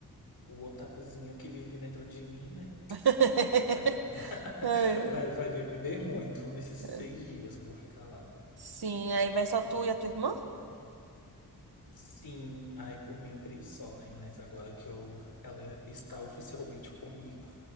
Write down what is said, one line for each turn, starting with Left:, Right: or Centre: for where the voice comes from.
Left: o otakuzinho que vive dentro de mim, né?
Right: <laughs>
Left: Vai, <laughs>
Right: Ai,
Left: vai, vai viver muito nesses
Right: ai.
Left: seis dias que eu vou ficar lá.
Right: Sim, aí vai só tu e a tua irmã?
Left: Sim, ai, por mim eu criei só, né? Mas agora que eu, ela está oficialmente comigo,